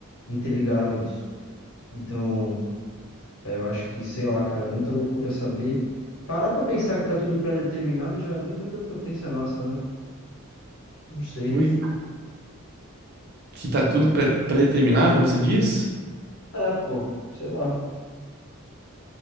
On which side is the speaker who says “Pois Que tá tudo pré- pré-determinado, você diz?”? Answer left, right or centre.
Right